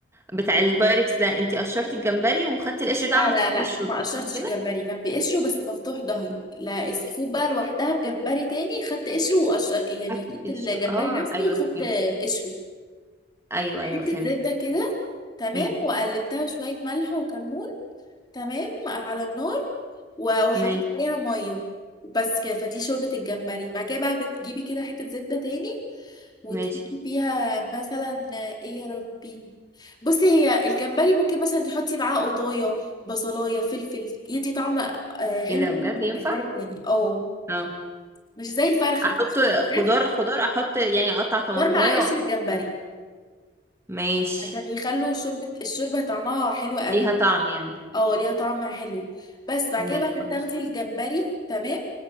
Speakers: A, on the right; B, on the left.
A: بتاع البايركس ده انت قشرتي الجمبري وخدتي القشر ده
B: لا
A: عملتي
B: لا لا
A: فيه الشوربة
B: ما قشرتش
A: صح كده
B: الجمبري كان بقشره بس مفتوح ظهره لا السي فود بقى لوحدها بجمبري تاني خدت قشره وقشر يعني
A: خدتي
B: خدت
A: القشر
B: الجمبري
A: اه
B: نفسه
A: ايوه
B: وخدت
A: فهمت
B: قشره
A: ايوه
B: حتة
A: ايوه فهمت
B: زبدة كده تمام
A: امم
B: وقلبتها بشوية ملح وكمون تمام على النار و- وحطيت
A: ماشي
B: عليها مية بس كده فدي شوربة الجمبري بعد كده بقى بتجيبي كده حتة زبدة تاني وتحطيها
A: ماشي
B: مثلا ايه يا ربي بصي هي الجمبري ممكن مثلا تحطي معاه قطايه بصلايه فلفل يدي طعم آه، حلو
A: ايه ده
B: قوي
A: بجد
B: مع
A: ينفع
B: الجمبري يعني اه
A: اه
B: مش زي الفرخه
A: احط
B: كده الفراخ
A: خضار خضار احط يعني اقطع طماطمية
B: غير مع قشر
A: وأقطع-
B: الجمبري
A: ماشي
B: عشان يخلوا شوربه الشوربه طعمها حلو قوي
A: ليها طعم يعني
B: اه ليها طعم حلو بس بعد
A: ماشي
B: كده بقى
A: خلاص
B: بتاخدي الجمبري تمام